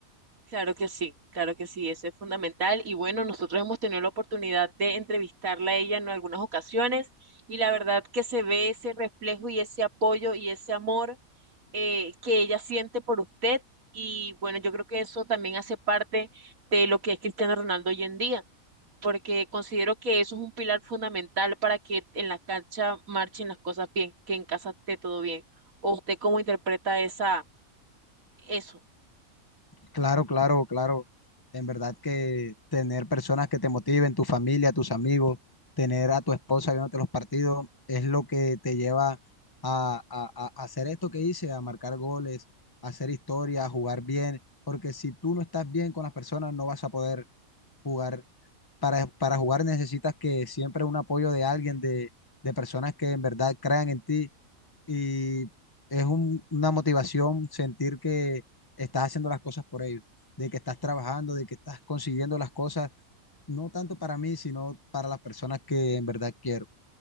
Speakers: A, on the right; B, on the left.
A: Claro que sí, claro que sí, eso es fundamental. Y bueno, nosotros hemos tenido la oportunidad de entrevistarla a ella en algunas ocasiones y la verdad que se ve ese reflejo y ese apoyo y ese amor eh, que ella siente por usted. Y bueno, yo creo que eso también hace parte de lo que es Cristiano Ronaldo hoy en día, porque considero que eso es un pilar fundamental para que en la cancha marchen las cosas bien, que en casa esté todo bien. ¿O usted cómo interpreta esa, eso?
B: Claro, claro, claro. En verdad que tener personas que te motiven, tu familia, tus amigos, tener a tu esposa viéndote los partidos, es lo que te lleva a, a- a- a hacer esto que hice, a marcar goles, a hacer historia, a jugar bien, porque si tú no estás bien con las personas, no vas a poder jugar para, para jugar necesitas que siempre un apoyo de alguien, de, de personas que en verdad crean en ti y es un- una motivación sentir que estás haciendo las cosas por ellos, de que estás trabajando, de que estás consiguiendo las cosas, no tanto para mí, sino para las personas que en verdad quiero.